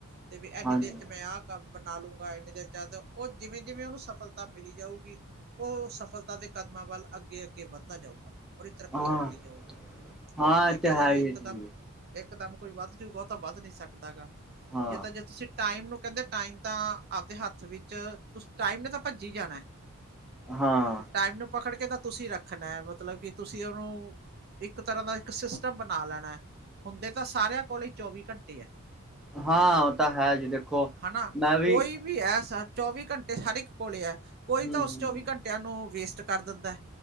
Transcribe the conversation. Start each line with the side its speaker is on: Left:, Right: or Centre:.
Right: ਤੇ ਬੀ ਐਨੀ
Centre: ਹਾਂਜੀ
Right: ਦੇਰ ਚ ਮੈਂ ਆਹ ਕੰਮ ਬਨਾ ਲੂੰਗਾ, ਐਨੀ ਦੇਰ ਚ ਆਜੋ, ਓ ਜਿਵੇਂ ਜਿਵੇਂ ਓਨੂੰ ਸ ਸਫਲਤਾ ਮਿਲੀ਼ ਜਾਊਗੀ ਓ ਸਫਲਤਾ ਦੇ ਕਦਮਾਂ ਵੱਲ ਅੱਗੇ, ਅੱਗੇ ਵੱਦਦਾ ਜਾਊਗਾ। ਓਦੀ ਤਰੱਕੀ
Centre: ਹਾਂ
Right: ਹੁੰਦੀ ਜਾਊਗੀ,
Centre: ਹਾਂ
Right: ਵੀ ਜੇ
Centre: ਇਹ
Right: ਕੈ
Centre: ਤਾਂ
Right: ਲੋ
Centre: ਹੈ
Right: ਵੀ
Centre: ਹੀ
Right: ਏਕ
Centre: ਹੈ ਜੀ
Right: ਦਾਮ ਏਕ ਦਾਮ ਕੋਈ ਵੱਧ ਜੂਗਾ ਤਾ ਵੱਧ ਨੀ ਸਾਕਦਾ ਗਾ,
Centre: ਹਾਂ
Right: ਏ ਤਾਂ ਜੇ ਤੁਸੀਂ ਟਾਈਮ ਨੂੰ ਕੈਂਦੇ ਟਾਈਮ ਤਾਂ ਆਪਦੇ ਹਾੱਥ ਵਿੱਚ, ਤੁ ਟਾਈਮ ਨੇ ਤਾਂ ਭੱਜੀ ਜਾਣੈ
Centre: ਹਾਂ।
Right: ਟਾਈਮ ਨੂੰ ਪਕੜ ਕੇ ਤਾਂ ਤੁਸੀਂ ਰੱਖਨੈ, ਮਤਲਬ ਕੀ ਤੁਸੀਂ ਓਨੂੰ ਇੱਕ ਤਰਾਂ ਦਾ ਇੱਕ ਸਿਸਟਮ ਬਨਾ ਲੈਣੈ, ਹੁੰਦੇ ਤਾਂ ਸਾਰੇਆਂ ਕੋਲੀ਼ ਈ ਚੌਵੀ ਘੰਟੇ ਆ।
Centre: ਹਾਂ, ਓ ਤਾਂ ਹੈ ਜੀ ਦੇਖੋ,
Right: ਹਨਾ
Centre: ਮੈਂ ਵੀ
Right: ਕੋਈ ਵੀ ਹੈ, ਚੌਵੀ ਘੰਟੇ ਹਰ ਏਕ ਕੋਲੈ ਐ। ਕੋਈ
Centre: ਹੂੰ
Right: ਤਾਂ ਓਸ
Centre: ਹੂੰ
Right: ਚੌਵੀ ਘੰਟੇਆਂ ਨੂੰ, ਵੇਸਟ ਕਰ ਦੰਦੈ